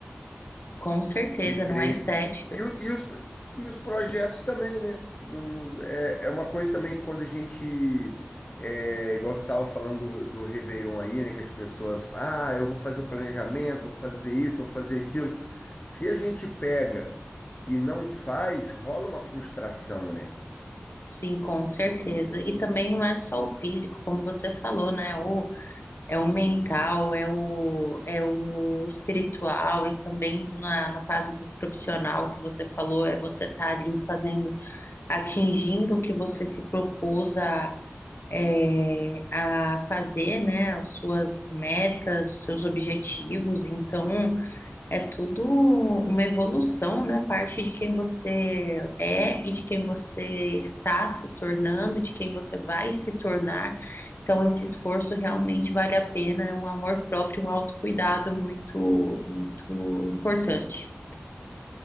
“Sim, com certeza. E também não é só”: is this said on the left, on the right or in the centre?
Left